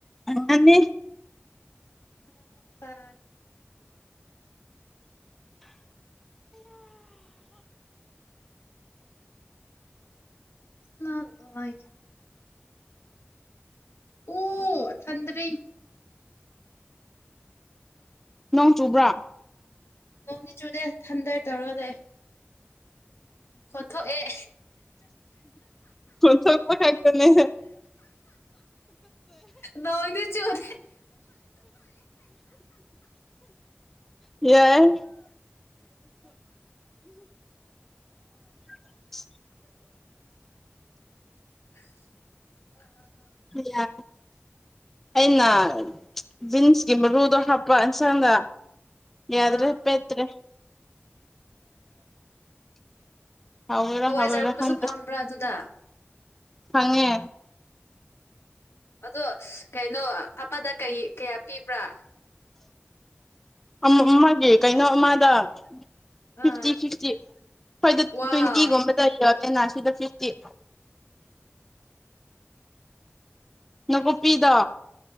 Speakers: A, in the centre; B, on the left.
A: ꯍꯅꯤ <unintelligible>
B: ꯑꯅꯦꯄꯥ ꯂꯥꯏꯛ ꯑꯣ ꯊꯟꯗ꯭ꯔꯦ
A: ꯅꯣꯡ ꯆꯨꯕ꯭ꯔꯥ
B: ꯅꯣꯡꯗꯤ ꯆꯨꯗꯦ ꯊꯟꯗꯥꯏ ꯇꯧꯔꯒ ꯂꯩꯦ ꯍꯣꯊꯣ ꯑꯦ
A: ꯊꯄ ꯀꯥꯛꯇꯅꯦ
B: ꯂꯣꯡꯣꯡꯗꯤ ꯆꯨꯂꯦ
A: <unintelligible> ꯌꯥꯏ <unintelligible>
B: ꯑ
A: ꯌꯥ ꯑꯩꯅ ꯕꯤꯟꯁꯀꯤ ꯃꯔꯨꯗꯣ ꯍꯥꯞꯄ ꯌꯦꯟꯁꯥꯡꯗ ꯌꯥꯗ꯭ꯔꯣ
B: ꯑꯥ
A: ꯎꯄꯇ꯭ꯔꯦ
B: <unintelligible>
A: ꯍꯥꯎꯥꯎꯔ
B: ꯍꯋꯥꯏꯖꯥꯔꯒꯨꯝꯕꯁꯨ
A: ꯍꯥꯎꯋꯔ ꯈꯗ
B: ꯐꯪꯕ꯭ꯔꯥ ꯑꯗꯨꯗ
A: ꯐꯉꯦ
B: ꯑꯗꯣ ꯀꯩꯅꯣ ꯑꯃꯗ ꯀꯩ ꯀꯌꯥ ꯄꯤꯕ꯭ꯔꯥ
A: ꯑꯃꯒꯦ ꯀꯩꯅꯣ ꯑꯃꯗ ꯐꯤꯐꯇꯤ
B: ꯑꯥ
A: ꯐꯤꯐꯇꯤ ꯑꯩꯣꯏꯗ
B: ꯋꯥꯎ
A: ꯇ꯭ꯋꯦꯟꯇꯤꯒꯨꯝꯕꯗ ꯌꯥ ꯅꯥꯁꯤꯗ ꯐꯤꯐꯇ ꯌꯦ ꯅꯨꯀꯨꯞꯄꯤꯗ